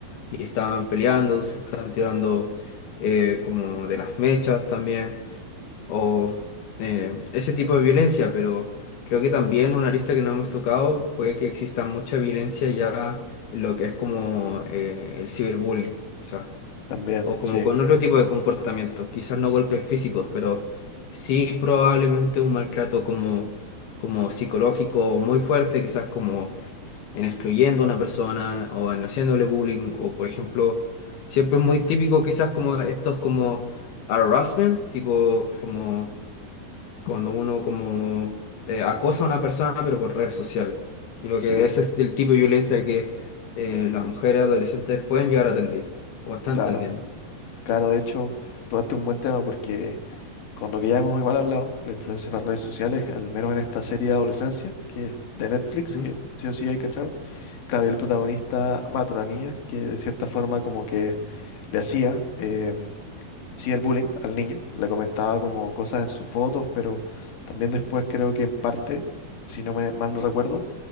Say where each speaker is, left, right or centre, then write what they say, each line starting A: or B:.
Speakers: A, on the left; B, on the left.
A: y estaban peleando, se estaban tirando eh, como de las mechas también, o eh, ese tipo de violencia, pero creo que también una arista que no hemos tocado puede que exista mucha violencia ya en lo que es como eh, el ciberbullying, quizás,
B: También,
A: o como
B: sí,
A: con otro tipo de comportamiento quizás no golpes físicos, pero sí probablemente un maltrato como, como psicológico muy fuerte, quizás como en excluyendo a una persona o en haciéndole bullying o por ejemplo, siempre es muy típico quizás como estos como harassment, tipo como cuando uno como eh, acosa a una persona pero por redes sociales. Y lo
B: sí,
A: que ese es el tipo de violencia que eh, las mujeres adolescentes pueden llegar a atender o están
B: claro.
A: atendiendo.
B: Claro, de hecho, tocaste un buen tema porque con lo que ya hemos igual hablado, la influencia de las redes sociales, al menos en esta serie de adolescencia, que es de Netflix,
A: ¿Mm?
B: que sí o sí hay cachado, claro, y el protagonista mata a una niña que de cierta forma como que le hacía, em, cyberbullying al niño, le comentaba como cosas en sus fotos, pero también después creo que en parte, si no me mal no recuerdo,